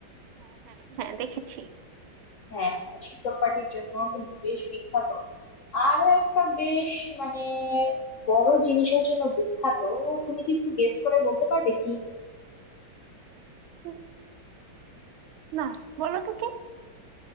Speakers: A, on the right (about 85°); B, on the left (about 70°).
A: হ্যাঁ হ্যাঁ হ্যাঁ দেখেছি
B: হ্যাঁ হ্যাঁ শীতল পাটির জন্য কিন্তু বেশ বিখ্যাত আরো একটা বেশ মানে বড় জিনিসের জন্য বিখ্যাত তুমি কি একটু গেস করে বলতে পারবে কি
A: উম, না বলো তো কে